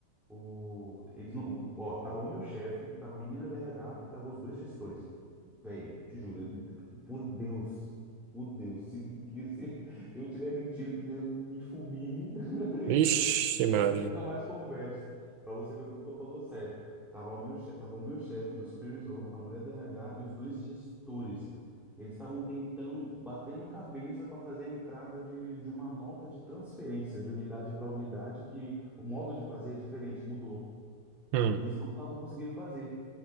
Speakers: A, in the centre; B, on the right.
A: o, eles não, o- ó, tava o meu chefe, tava a menina do RH e tava os dois gestores. Véi, eu te juro, eu- por Deus, por Deus, se, que, se, eu tiver mentindo, que Deus me fulmine, <laughs> e,
B: Vixe,
A: isso eu não-
B: Maria.
A: e a gente nunca mais conversa. Pra você ver como eu tô falando sério. Tava o meu chefe, tava o meu chefe, o meu supervisor, a mulher do RH e os dois gestores. Eles estavam tentando, batendo cabeça para fazer a entrada de, de uma nota de transferência de unidade para unidade, que o modo de fazer é diferente, mudou.
B: Hum.
A: eles não estavam conseguindo fazer.